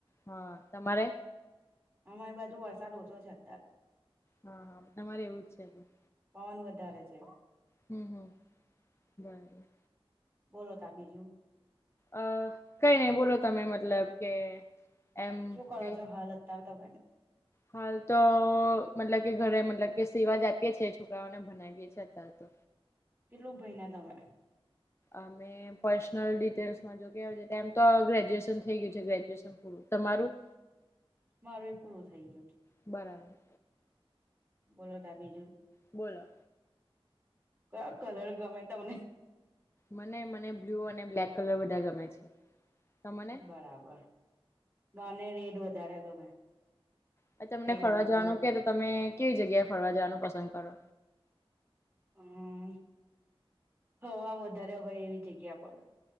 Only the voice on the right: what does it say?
અમારી બાજુ વરસાદ ઓછો છે અત્યારે.
પવન વધારે છે
બોલો તો બીજું?
શું કરો
છો? હાલ અત્યારે તમે.
કેટલું ભણીયા તમે?
મારું એ પૂરું થઈ ગયું છે.
બોલો તો બીજું?
કયા કલર ગમે તમને?
બરાબર, મને રેટ વધારે ગમે.
રેડ
અને
બ્લુ
હમ, હવા વધારે હોય એવી જગ્યા પર.